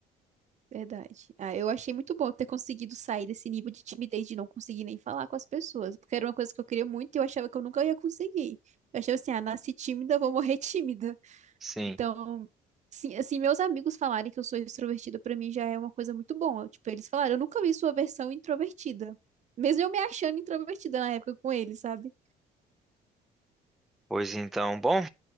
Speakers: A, on the right (about 45°); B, in the centre.
A: verdade. Ah, eu achei muito bom ter conseguido sair desse nível de timidez de não conseguir nem falar com as pessoas, porque era uma coisa que eu queria muito e eu achava que eu nunca ia conseguir. Eu achava assim, ah, nasci tímida, vou morrer <laughs> tímida.
B: Sim.
A: Então, sim, assim, meus amigos falarem que eu sou extrovertida pra mim já é uma coisa muito boa. Tipo, eles falaram, eu nunca vi sua versão introvertida. Mesmo eu me achando introvertida na época com eles, sabe?
B: Pois então, bom,